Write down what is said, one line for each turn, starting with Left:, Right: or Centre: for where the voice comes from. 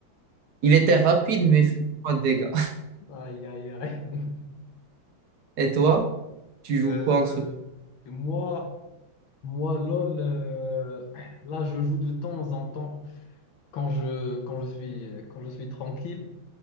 Right: Il était rapide,
Left: Aïe
Right: mais il faisait pas de dégâts. <laughs>
Left: aïe aïe. aïe, aïe.
Right: Et toi, tu joues
Left: Euh,
Right: quoi en ce moment?
Left: et moi moi LOL euh, là je joue de temps en temps quand je quand je suis quand je suis tranquille.